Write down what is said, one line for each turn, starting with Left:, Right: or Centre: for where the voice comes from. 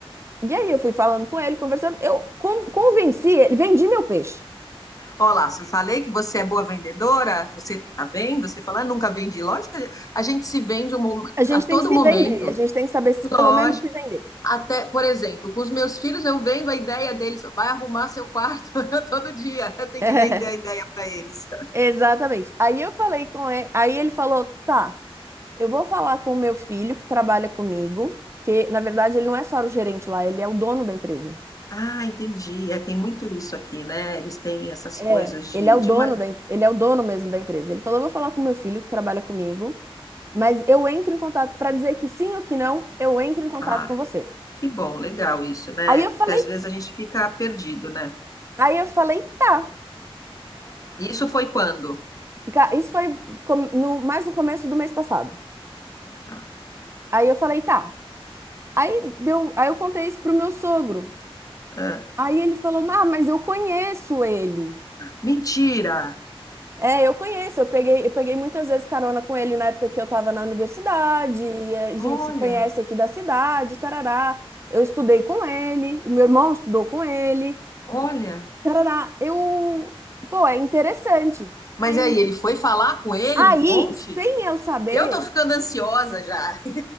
Right: E aí eu fui falando com ele, conversando, eu con- convenci ele, vendi meu peixe.
Left: Olá, se eu falei que você é boa vendedora, você tá vendo? Você fala, "Ah, nunca vendi. Lógico que a gente se vende um mo-
Right: A gente
Left: a todo
Right: tem que se
Left: momento.
Right: vender, a gente tem que saber se,
Left: Lógico.
Right: pelo menos se vender.
Left: Até, por exemplo, com os meus filhos eu vendo a ideia deles, vai arrumar seu quarto <laughs> todo dia, tem
Right: <laughs>
Left: que vender a ideia para eles.
Right: Exatamente. Aí eu falei com ele, aí ele falou, tá. Eu vou falar com o meu filho que trabalha comigo, que na verdade ele não é só o gerente lá, ele é o dono da empresa.
Left: Ah, entendi. É, tem muito isso aqui, né? Eles têm essas
Right: É,
Left: coisas de,
Right: ele é o
Left: de
Right: dono
Left: uma...
Right: da, em- ele é o dono mesmo da empresa. Ele falou: "Eu vou falar com meu filho que trabalha comigo, mas eu entro em contato para dizer que sim ou que não, eu entro em contato
Left: Ah,
Right: com você".
Left: que bom, legal isso, né?
Right: Aí eu
Left: Porque
Right: falei,
Left: às vezes a gente fica perdido, né?
Right: aí eu falei: "Tá".
Left: Isso foi quando?
Right: Ca- Isso foi com- no- mais no começo do mês passado.
Left: Tá.
Right: Aí eu falei: "Tá". Aí deu, aí eu contei isso pro meu sogro.
Left: Ah,
Right: Aí ele falou: "Ah, mas eu conheço ele".
Left: mentira!
Right: É, eu conheço, eu peguei, eu peguei muitas vezes carona com ele na época que eu tava na universidade, e a gente
Left: Olha.
Right: se conhece aqui da cidade, tarará. Eu estudei com ele, o meu irmão estudou com ele,
Left: Olha,
Right: tarará. Eu, pô, é interessante.
Left: Mas
Right: Aí,
Left: aí, ele foi falar com ele?
Right: aí,
Left: Me conte.
Right: sem eu saber,
Left: Eu tô ficando ansiosa já.